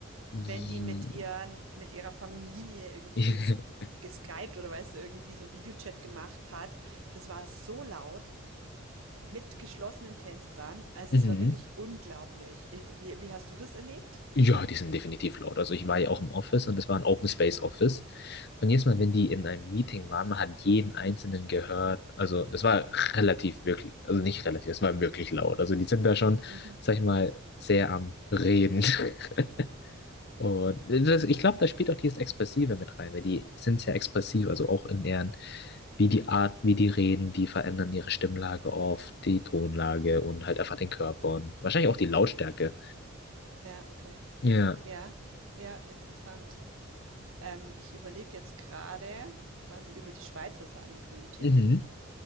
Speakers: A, on the right (about 80°); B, on the left (about 50°).
A: Wenn
B: i-
A: die mit ihren, mit ihrer Familie irgendwie
B: <laughs>
A: ges geskypt oder weißt du, irgendwie so einen Videochat gemacht hat, das war so laut mit geschlossenen Fenstern. Also
B: mhm.
A: es war wirklich unglaublich. Ich, wie, wie hast du das erlebt?
B: Ja, die sind definitiv laut. Also ich war ja auch im Office und das war ein Open Space Office. Und jedes Mal,
A: Mhm,
B: wenn die in einem Meeting waren, man hat jeden Einzelnen gehört. Also das war relativ wirklich, also nicht relativ, das war wirklich laut. Also die sind da schon,
A: mhm.
B: sag ich mal, sehr am Reden. <laughs> Und das, ich glaube, da spielt auch dieses Expressive mit rein, weil die sind sehr expressiv, also auch in deren, wie die Art, wie die reden, die verändern ihre Stimmlage auf die Tonlage und halt einfach den Körper und wahrscheinlich auch die Lautstärke.
A: Ja, okay.
B: Ja.
A: Ja, ja, interessant. Ähm, ich überlege jetzt gerade, was ich über die Schweizer sagen könnte.
B: Mhm.